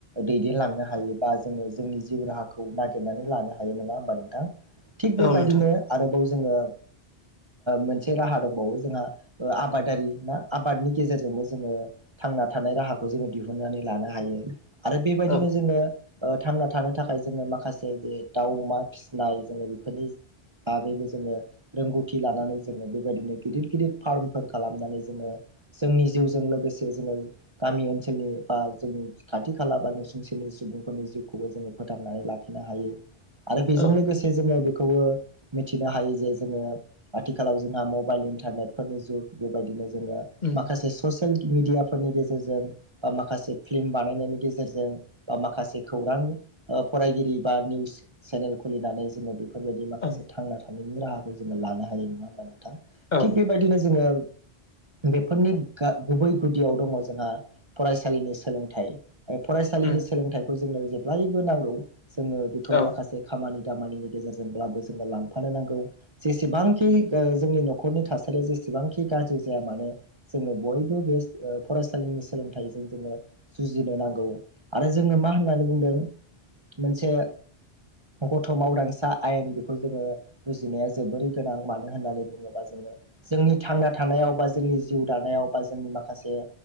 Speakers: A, on the right; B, on the left.
A: दैदेनलांनो हायो बा जोङो जोंनि जिउ राहाखौ नागिरनानै लानो हायो ह नङा होमबा नोंथां थिग बेबायदिनो
B: औ नोंथां
A: आरोबाव जोङो मोनसे राहा दंबावो जोंहा ओ आबादारि ना आबादनि गेजेरजोंबो जोङो थांना थानाय राहाखौ जोङो दिहुनन्नानै लानो हायो। आरो बेबायदिनो
B: औ
A: जोङो थांना थानो थाखाय जोङो माखासे जे दाउ अमा फिसिनाय जोङो बेफोरनि बागैबो जोङो रोंगौथि लानानै जोङो बेबायदिनो गिदिर गिदिर फार्मफोर खालामनानै जोङो जोंनि जिउजों लोगोसे जोङो गामि ओनसोलनि बा जोंनि खाथि खाला बा नुसुंसेनि सुबुंफोरनि जिउखौबो जोङो फोथांनानै लाखिनो हायो आरो बेजों
B: औ
A: लोगोसे जोङो खौबो मिथिनो हायो जे जोङो आथिखालाव जोंहा मबाइल इन्टारनेट फोरनि जुग बेबायदिनो जेनेबा
B: उम
A: माखासे <unintelligible> मिडया फोरनि गेजेरजों बा माखासे फिल्म बानायनायनि गेजेरजों बा माखासे खौरां फरायगिरि बा निउस चेनेल खुलिनानै जोङो बेफोरबायदि माखासे
B: औ
A: थांना थानायनि राहाखौ जोङो लानो हायो नङा होमबानो नोंथां
B: औ
A: थिग बेबायदिनो जोङो बेफोरनि गुबै गुदियाव दङ जोंहा फरायसालिनि सोलोंथाइ फरायसालिनि
B: उम
A: सोलोंथाइखौ जोंनो जेब्लायबो नांगौ जोङो बेखौ
B: औ
A: माखासे खामानि दामनि गेजेरजोंब्लाबो जोङो लांफानो नांगौ जेसेबांखि जोंनि न'खरनि थासारिया जब जेसेबांखि गाज्रि जाया मानो जोङो बयबो बे फरायसालिनि सोलोंथाइजों जोङो बुजिनो नांगौ आरो जोङो मा होननानै बुंदों मोनसे गथ' मावदांसा आयेन बेखौ जोङो बुजिनाया जोबोरै गोनां। मानो होननानै बुङोबा जोङो जोंनि थांना थानायाव बा जोंनि जिउ दानायाव बा जोंनि माखासे